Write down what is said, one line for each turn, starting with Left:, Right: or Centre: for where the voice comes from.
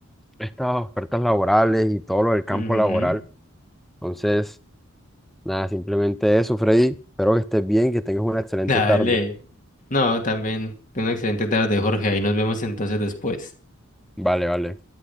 Centre: estas ofertas laborales y todo lo del campo
Left: Ujú.
Centre: laboral. Entonces, nada, simplemente eso, Freddy. Espero que estés bien, que tengas una excelente
Left: Dale.
Centre: tarde.
Left: No, también. Ten Una excelente tarde, Jorge. Ahí nos vemos entonces después.
Centre: Vale, vale.